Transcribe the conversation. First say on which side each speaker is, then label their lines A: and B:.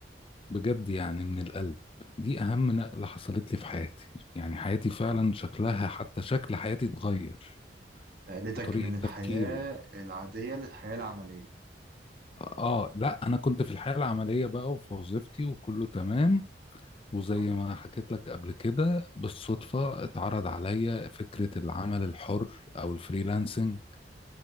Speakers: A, on the left; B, on the right.
A: بجد يعني من القلب دي أهم نقلة حصلت لي في حياتي يعني حياتي فعلا شكلها حتى شكل حياتي اتغير
B: نقلتك
A: وطريقة
B: من الحياة
A: تفكيري
B: العادية للحياة العملية
A: آه لا أنا كنت في الحياة العملية بقى وفي وظيفتي وكله تمام وزي
B: صح؟
A: ما حكيت لك قبل كده بالصدفة اتعرض عليا فكرة العمل الحر أو الفريلانسنج